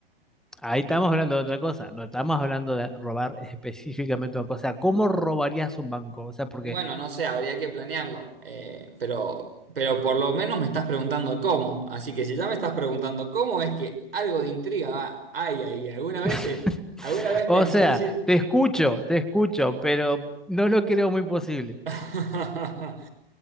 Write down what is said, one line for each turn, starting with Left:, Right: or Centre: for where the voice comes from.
Centre: ahí estamos hablando de otra cosa, no estamos hablando de robar específicamente una cosa, ¿cómo robarías un banco? O sea, porque,
Right: Bueno, no sé, habría que planearlo. eh, pero, pero por lo menos me estás preguntando cómo. Así que si ya me estás preguntando cómo, es que algo de intriga va- hay ahí. ¿Alguna vez,
Centre: <laughs>
Right: eh, alguna vez pensó
Centre: o sea,
Right: decir...
Centre: te escucho, te escucho, pero no lo creo muy posible.
Right: <laughs>